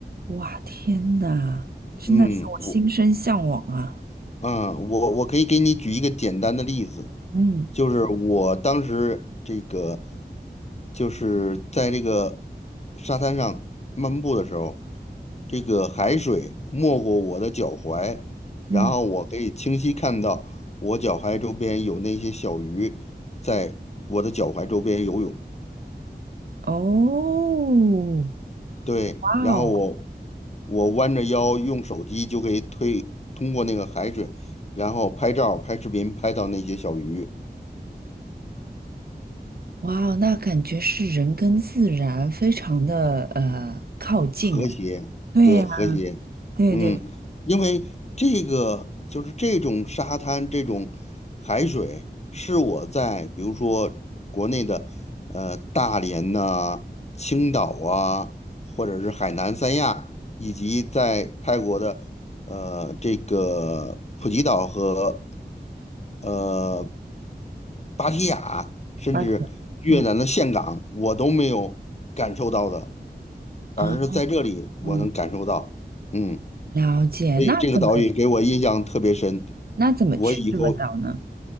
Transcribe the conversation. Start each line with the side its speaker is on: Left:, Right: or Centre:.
Right: 哇，天呐，真的是我心生向往啊。
Left: 嗯，我啊，我我可以给你举一个简单的例子，
Right: 嗯
Left: 就是我当时这个就是在这个沙滩上漫步的时候，这个海水没过我的脚踝，
Right: 嗯，
Left: 然后我可以清晰看到我脚踝周边有那些小鱼在我的脚踝周边游泳。
Right: 哦，
Left: 对，
Right: 哇哦，
Left: 然后我我弯着腰用手机就可以推通过那个海水，然后拍照、拍视频，拍到那些小鱼。
Right: 哇哦，那感觉是人跟自然非常的呃靠近哎
Left: 和谐，
Right: 对呀，
Left: 对，和谐，
Right: 对对
Left: 嗯，因为这个就是这种沙滩、这种海水，是我在比如说国内的呃大连呐、青岛啊，或者是海南三亚，以及在泰国的呃这个普吉岛和。呃。芭提雅，甚至越南的岘港，
Right: 八钱，嗯
Left: 我都没有感受到的，
Right: 啊，
Left: 反而是在这里我能感受到。
Right: 嗯，
Left: 嗯，
Right: 了解。
Left: 所以这个岛屿给我印象特别深，
Right: 那怎么那怎么去这个岛呢？
Left: 我以后